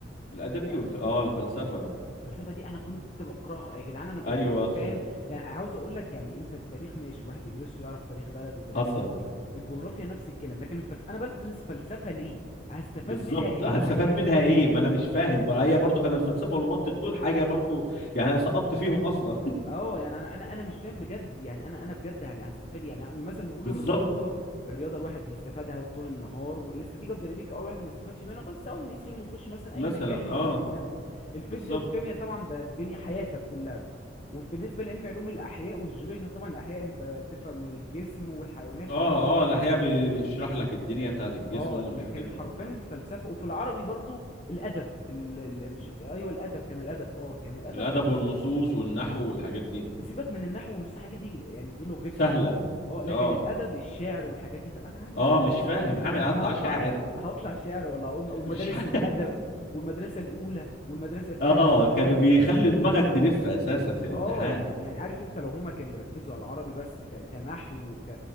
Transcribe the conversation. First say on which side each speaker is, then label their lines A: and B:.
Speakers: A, on the left; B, on the left.
A: الادبي
B: دي انا
A: والف... اه الفلسفه
B: الفلسفه دي انا كنت بكرهها يا جدعان انا كنت
A: ايوه
B: مش فاهم يعني عاوز اقول لك يعني انت التاريخ ماشي واحد يدرسه يعرف تاريخ بلده وتاريخ
A: حصل
B: الدنيا الجغرافيا نفس الكلام لكن الفلسفه انا بدرس فلسفه ليه هستفاد
A: بالظبط
B: منها ايه
A: هتستفاد
B: في حياتي
A: منها ايه ما انا مش فاهم بقى هي برضو كان الفلسفه والمنطق دول حاجه برضو يعني انا سقطت فيهم اصلا
B: اه يعني انا انا انا مش فاهم بجد يعني انا انا بجد يعني هستفاد إيه؟ يعني إن مثلا نقول
A: <laughs> بالظبط
B: الرياضه الرياضه الواحد بيستفادها طول النهار والاستاتيكا الديناميكا اه الواحد ما بيستفادش منها بس اول ما يصير يخش مثلا
A: مثلا
B: اي مجال يستفيد
A: اه
B: منهم الفيزياء
A: بالظبط
B: والكيمياء طبعا ده الدنيا حياتك كلها وبالنسبه لعلم علوم الاحياء والجيولوجيا طبعا الاحياء انت تفهم الجسم والحيوانات
A: اه
B: و...
A: اه الأحياء بي- بيشرح لك الدنيا بتاعت الجسم
B: اه
A: والحاجات
B: لكن
A: دي
B: حرفيا
A: كلها
B: الفلسفه وفي العربي برضو الادب ال... ال- مش ال- ايوه الادب كان الادب اه كان الادب
A: الأدب
B: ولا كان
A: والنصوص والنحو والحاجات دي
B: سيبك من النحو والنصوص الحاجات دي يعني دي لغتنا
A: سهلة
B: اه لكن
A: اه
B: الادب الشعر والحاجات دي طب انا هعمل
A: اه
B: بيها
A: مش
B: ايه
A: فاهم
B: انا انا
A: هعمل هطلع
B: انا هطلع
A: شاعر
B: هطلع شعر ولا هقول ومدارس
A: <laughs> مش عارف
B: الادب والمدرسه الاولى والمدرسه الثانيه
A: اه
B: والثالثه
A: كانوا بيخلي دماغك تلف أساسا في الامتحان
B: اه يعني يعني عارف انت لو هما كانوا يركزوا على العربي بس ك... كنحو وك...